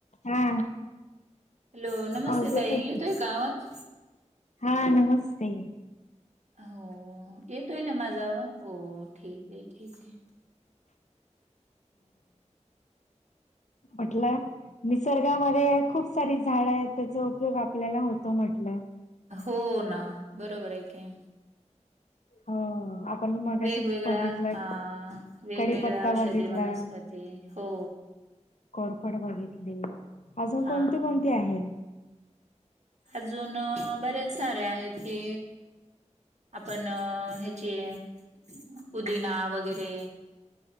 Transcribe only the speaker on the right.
हॅलो नमस्ते
ताई
आवाज?
हो येतोय ना माझा आवाज हो ठीक आहे ठीक आहे.
हो ना बरोबर आहे की.
वेगवेगळ्या
हा वेगवेगळ्या
औषधी
वनस्पती हो.
हा
अजून बरेच सारे आहेत की. आपण ह्याची आहे पुदिना वगैरे